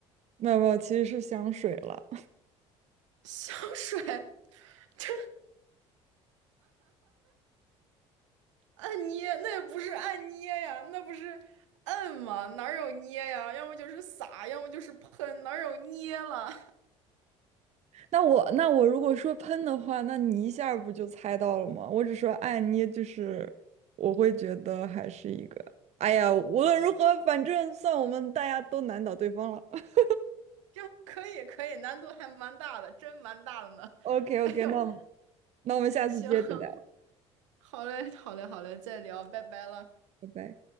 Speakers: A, on the right; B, on the right.
A: 没有没有，其实是香水了。
B: 香水，<laughs> 这按捏那也不是按捏呀，那不是摁吗？哪儿有捏呀？要么就是撒，要么就是喷，哪儿有捏了？
A: 那我那我如果说喷的话，那你一下儿不就猜到了吗？我只说爱捏，就是我会觉得还是一个。哎呀，无论如何，反正算我们大家都难倒对方了。<laughs>
B: <laughs> 这可以可以，难度还蛮大的，真蛮大的呢。
A: OK
B: <laughs>
A: OK，
B: 哎呦，
A: 那我们那我们下次接着聊，
B: 行，<laughs> 好嘞，好嘞，好嘞，再聊，拜拜了。
A: 拜拜。